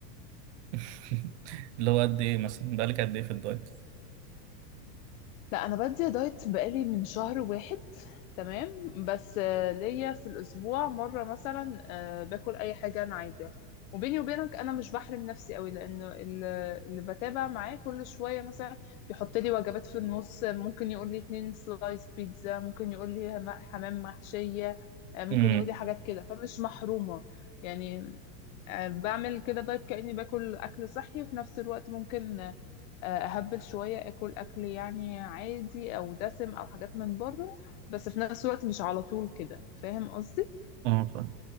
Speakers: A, on the right; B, on the left.
A: <laughs> اللي هو قد ايه مثلا بقالك قد ايه في الدايت
B: لا انا بدي دايت بقالي من شهر واحد تمام بس آه، ليا في الاسبوع مره مثلا آه، باكل اي حاجه انا عايزاها وبيني وبينك انا مش بحرم نفسي قوي لانه ال- اللي بتابع معاه كل شويه مثلا يحط لي وجبات في النص ممكن يقول لي اتنين سلايس بيتزا ممكن يقول لي حمام محشيه آه، ممكن
A: امم
B: يقول لي حاجات كده فمش محرومه يعني آه، بعمل كده دايت كأني باكل أكل صحي وفي نفس الوقت ممكن آه، أهبل شوية أكل أكل يعني عادي أو دسم أو حاجات من بره بس في نفس الوقت مش على طول كده فاهم قصدي
A: اه فاهم.